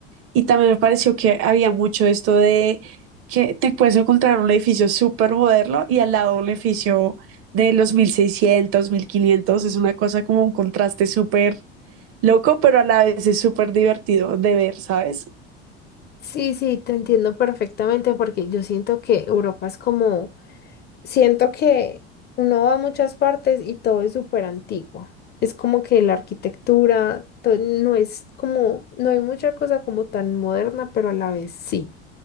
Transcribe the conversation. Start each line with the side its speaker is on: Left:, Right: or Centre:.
Right: y también me pareció que había mucho esto de que te puedes encontrar un edificio súper moderno y al lado un edificio de los mil seiscientos mil quinientos Es una cosa como un contraste súper loco, pero a la vez es súper divertido de ver, ¿sabes?
Left: Sí, sí, te entiendo perfectamente porque yo siento que Europa es como, siento que uno va a muchas partes y todo es súper antiguo. Es como que la arquitectura to- no es como, no hay mucha cosa como tan moderna, pero a la vez sí.